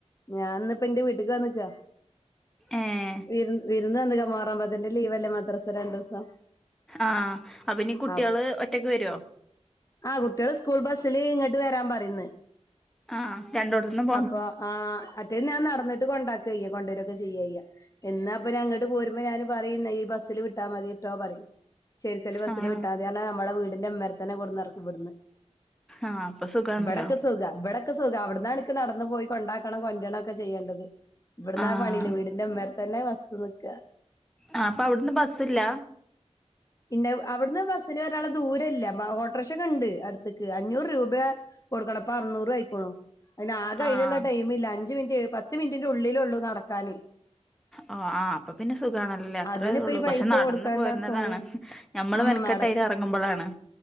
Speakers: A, on the left (about 30°); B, in the centre.
A: ഞാൻ ഇന്നിപ്പ എന്റെ വീട്ടക്ക് വന്നക്കാ
B: ഏഹ്
A: വിരു വിരുന്ന് വന്ന മുഹറം പത്തിന്റെ ലീവ്ല്ലേ മദ്രാ സ രണ്ട ദിവസം
B: ആഹ അപ്പനി കുട്ടികള്
A: അപ്പ്-
B: ഒറ്റക്ക് വരുവോ
A: ആ കുട്ടികള് സ്കൂൾ ബസ്സിില് ഇങ്ങോട്ട് വരാൻ പറയന്ന്
B: ആ് രണ്ടോടത്തന്നും
A: അപ്പൊ ആ അറ്റേ ഞാൻനട ന്നട്ട് കൊണ്ടക്ക കൊണ്ടെരൊക്കെ ചെയ്യാ കൊണ്ടുവരൊക്കെ ചെയ്യയ്യ എന്നാ അപ്പൊ ഞ അങ്ങോട്ട് പോര ഞൻ പറയ ഈ ബസിൽ വിട്ടാൽ മതി കേട്ടോ പറ ശരിക്കല് ബസിൽ
B: ആഹ്
A: വിട്ടാൽ മതി കാരണം നമ്മടെ വീട് അതിന്റെ മരത്തനെ കൊടുന്ന് ഇറക്കി വിടന്ന്
B: ആഹ് അപ്പൊ സുഖാണല്ലോ
A: വടക്ക് സുഖ വിടക്ക് സുഖ അവിടന്നാ എനിക്ക് നടന്നു പോയി കൊണ്ടാക്കണം കൊണ്ടണം ഒക്കെ ചെയ്യേണ്ടത് ഇവിടന്നാ
B: ആഹ്
A: പണിയില്ല വീടിന്റെ ഉമാേർ തന്നെ വസ് നിക്ക
B: ആഹ അപ്പൊ അവിടന്ന് ബസ്സില്ല
A: പിന്നെ അവിടുന്ന് ബസ്സിന് ഒരാള ദൂരല്ല ഓട്രഷ കണ്ട് അടുത്തേക്ക് അഞ്ഞൂറ് രൂപ കൊടുക്കണപ്പ അറുന്നൂറ് ആയിക്കോണു അതിന ആകെ
B: ആഹ്
A: അതിനുള്ള ടൈമില്ല അഞ്ച്ു മിനിറ്റ് പത്ത് മിനിറ്റിന്റെ ഉള്ളില ഉള്ളു നടക്കാാന്
B: ഓ ആ് അപ്പൊ പിന്നെ സുഖണല്ലല്ലേ അത്രേ
A: അതിനിപ്പ
B: ഉള്ളൂ
A: ഈ പൈസ
B: പക്ഷെ നടന്ന്
A: കൊടുക്കണ്ടാന്ന്
B: പോരുന്നതാണ്
A: തോന്നൂല
B: നഞമ്മള്നക്ക്
A: ഉം നട
B: ായിര് ഇറങ്ങുമ്പോഴാണ്